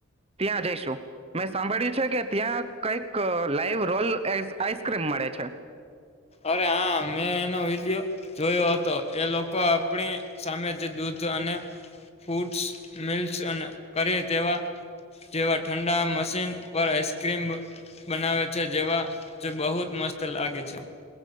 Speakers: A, on the right; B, on the left.
A: ત્યાં જઈશું મેં સાંભળ્યું છે કે ત્યાં કઈક લાઈવ રોલ આઈસ્ક્રીમ મળે છે
B: અરે હા મેં એનો વિડિયો જોયો હતો એ લોકો આપણી સામે જ દૂધ અને ફૂડસ મિલ્ કરી તેવા જેવા ઠંડા મશીન પર આઈસક્રીમ બનાવે છે જેવા જ બહુ જ મસ્ત લાગે છે